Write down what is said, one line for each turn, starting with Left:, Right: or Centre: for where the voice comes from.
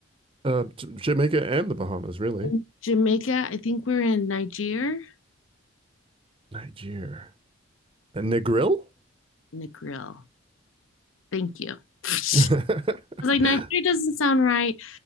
Right: Uh, J- Jamaica and the Bahamas, really.
Left: In Jamaica, I think we're in Niger.
Right: Nigeria. And Negril?
Left: Negril. Thank you. <laughs> I was
Right: <laughs>
Left: like, Nigeria doesn't sound right,